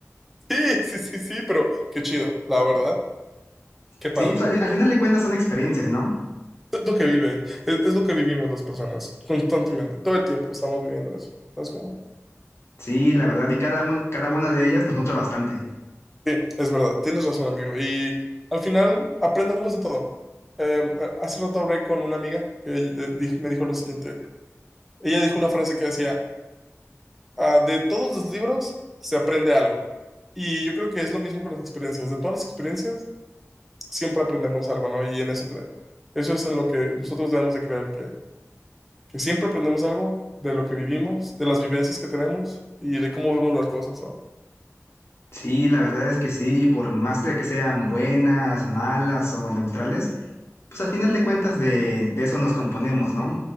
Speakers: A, in the centre; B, on the left.
A: Sí, sí, sí, sí, pero qué chido, la verdad. Qué padre.
B: Sí, pues, al, fi- al final de cuentas son experiencias, ¿no?
A: Es lo que vive, es, es lo que vivimos las personas constantemente, todo el tiempo estamos viviendo eso. ¿Sabes cómo?
B: Sí, la verdad, y cada, un- cada una de ellas nos nutre bastante.
A: Sí, es verdad, tienes razón, amigo. Y al final aprendemos de todo. Em, hace rato hablé con una amiga que de- dijo- me dijo lo siguiente. Ella dijo una frase que decía, "Ah, de todos los libros se aprende algo. Y yo creo que es lo mismo con las experiencias. De todas las experiencias siempre aprendemos algo, ¿no? Y en eso, te- eso es en lo que nosotros debemos de creer, que, que siempre aprendemos algo de lo que vivimos, de las vivencias que tenemos y de cómo vemos las cosas, ¿no?
B: Sí, la verdad es que sí, por más de que sean buenas, malas o neutrales, pues al final de cuentas de, de eso nos componemos, ¿no?